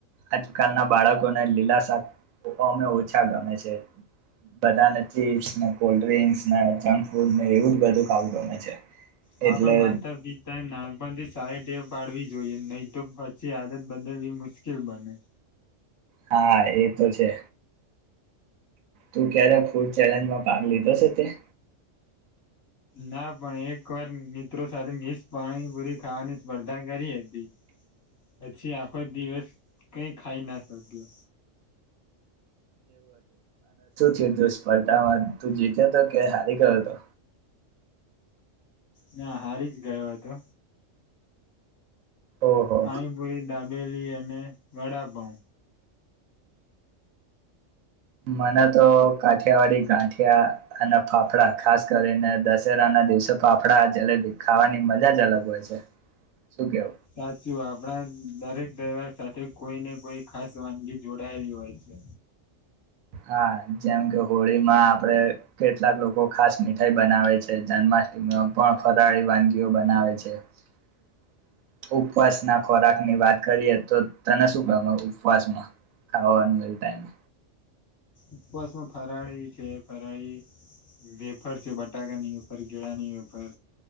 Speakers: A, on the right; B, on the left.
A: આજકાલના બાળકોને લીલા શાક ઓછા ગમે છે. બધાને ચીપ્સ ને કોલ્ડ ડ્રિંક્સ ને જંક ફૂડ ને એવું જ બધું ખાવું ગમે છે.
B: હા,
A: એટલે
B: પણ માતા પિતા નાનપથી સારી ટેવ પાડવી જોઈએ નહીં તો પછી આદત બદલવી મુશ્કેલ બને.
A: હા, એ તો છે. તું ક્યારે ફૂડ ચેલેન્જમાં ભાગ લીધો છે તે?
B: ના પણ એક વાર મિત્રો સાથે મિકસ પાણીપુરી ખાવાની સ્પર્ધા કરી હતી. પછી આ આખો દિવસ કઈક ખાઈ ના સાધ્ય.
A: તે તું સ્પર્ધામાં તું જીત્યો હતો કે હારી ગયો તો?
B: ના હારી જ ગયો હતો.
A: ઓહો
B: હા એ બૂરે દા બેલી અને વડાપાવ.
A: મને તો કાઠિયાવાડી ગાંઠ યા અને ફાફડા ખાસ કરીને દશેરા ના દિવસે ફાફડા ખાવાની મજા જ અલગ હોય છે. શું કેહવું?
B: સાચું આપણા દરેક દિવાર સાથે કોઈ ને કોઈ ખાસ વાનગી જોડાયેલી હોય છે.
A: હા, જેમ કે હોળીમાં આપડે કેટલાક લોકો ખાસ મીઠાઈ બનાવે છે. જન્માષ્ટમીમાં પણ ફરાળી વાનગીઓ બનાવે છે. ઓક ઉપવાસના ખોરાક ની વાત કરીએ તો તને શું ગમે ઉપવાસમાં ખાવાનું એ ટાઈમે.
B: ઉપવાસમાં ફરાળી છે. ફરાળી વેફર છે બટાકાની વેફર કેેળાની વેફર